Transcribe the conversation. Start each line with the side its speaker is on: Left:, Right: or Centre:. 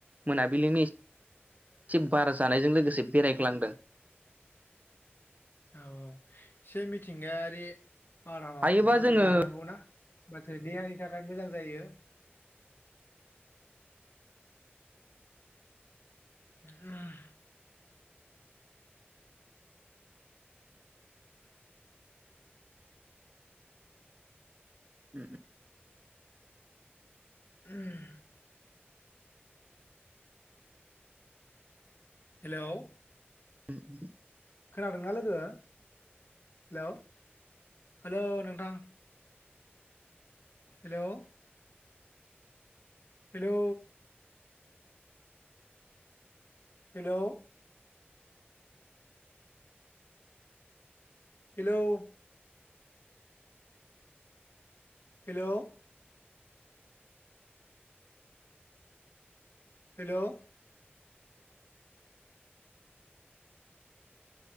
Right: मोनाबिलिनि एसे बार जानायजों लोगोसे बेरायग्लांदों
Left: औ औ एसे मिथिंगायारि बारहावाखौबो
Right: हायोबा जोङो
Left: जानांगौनाा माथो देहानि थाखाय मोजां जायो <unintelligible> <unintelligible>
Right: <unintelligible>
Left: <unintelligible> हेलौ
Right: उम उम
Left: खोनादोंना लोगो हेलौ हेलौ नोंथां hello hello hello hello hello hello